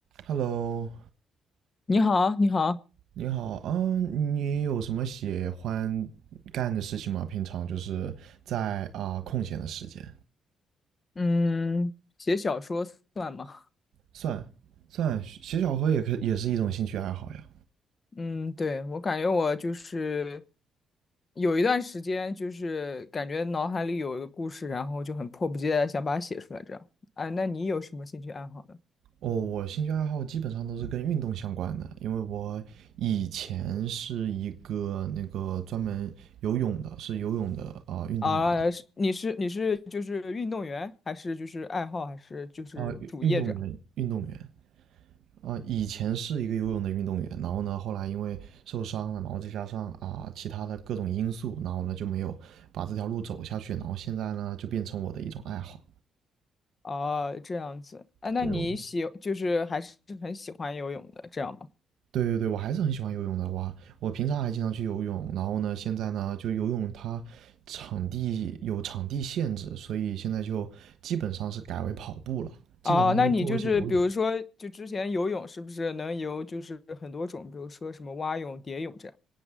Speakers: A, on the right; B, on the left.
A: Hello，
B: 你好，你好，
A: 你好啊，你有什么喜欢干的事情吗？平常就是在啊、空闲的时间，
B: 嗯，写小说算吗？
A: 算算写小说也可也是一种兴趣爱好呀。
B: 嗯，对，我感觉我就是有一段时间，就是感觉脑海里有一个故事，然后就很迫不及待地想把它写出来，这样。啊，那你有什么兴趣爱好呢？
A: 哦，我兴趣爱好基本上都是跟运动相关的，因为我以前是一个那个专门游泳的，是游泳的啊、运动员
B: 啊，是你是你是就是运动员，还是就是爱好，还是就是主业这样？
A: 啊、运运动员运动员。啊，以前是一个游泳的运动员，然后呢，后来因为受伤了，然后再加上啊、其他的各种因素，然后呢就没有把这条路走下去，然后现在呢就变成我的一种爱好。
B: 啊，这样子。啊，那你喜就是还是很喜欢游泳的，
A: 对，我
B: 这样吗？
A: 对对对，我还是很喜欢游泳的哇！我平常还经常去游泳，然后呢，现在呢就游泳它场地有场地限制，所以现在就基本上是改为跑步了，基本上都做一些有氧。
B: 啊，那你就是比如说，就之前游泳是不是能游就是很多种，比如说什么蛙泳、蝶泳这样